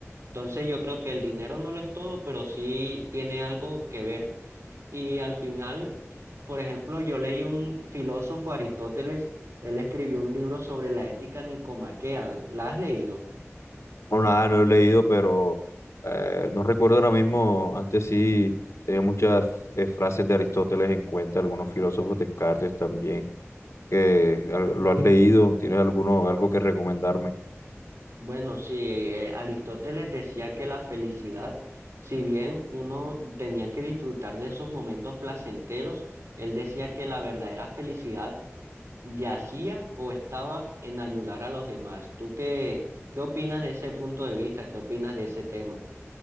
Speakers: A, on the right (about 70°); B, on the left (about 80°).
A: Entonces yo creo que el dinero no lo es todo, pero sí tiene algo que ver. Y al final, por ejemplo, yo leí un filósofo Aristóteles, él escribió un libro sobre la ética nicomaquea. ¿La has leído?
B: O nada, no lo he leído, pero eh, no recuerdo ahora mismo, antes sí tenía muchas eh, frases de Aristóteles en cuenta, algunos filósofos Descartes también, que eh, al- lo has leído, tienes alguno, algo que recomendarme.
A: Bueno, sí, eh, Aristóteles decía que la felicidad, si bien uno tenía que disfrutar de esos momentos placenteros, él decía que la verdadera felicidad yacía o estaba en ayudar a los demás. ¿Tú qué, qué opinas de ese punto de vista? ¿Qué opinas de ese tema?